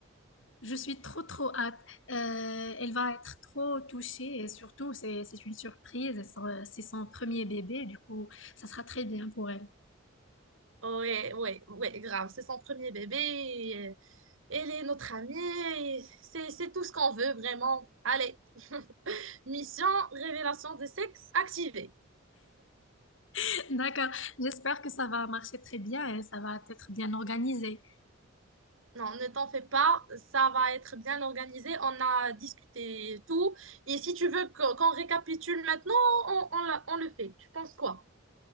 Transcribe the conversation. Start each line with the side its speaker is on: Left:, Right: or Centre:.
Left: Je suis trop, trop hâte. Euh, elle va être trop touchée et surtout, c'est, c'est une surprise. C'est son c'est son premier bébé, du coup, ça sera très bien pour elle.
Right: Ouais, ouais, ouais, grave. C'est son premier bébé. et, euh, elle est notre amie. et C'est, c'est tout ce qu'on veut, vraiment. Allez, <laughs> mission, révélation de sexe activée.
Left: <laughs> D'accord. J'espère que ça va marcher très bien et ça va être bien organisé.
Right: Non, ne t'en fais pas, ça va être bien organisé. On a discuté tout. Et si tu veux que- qu'on récapitule maintenant, on, on la- on le fait. Tu penses quoi?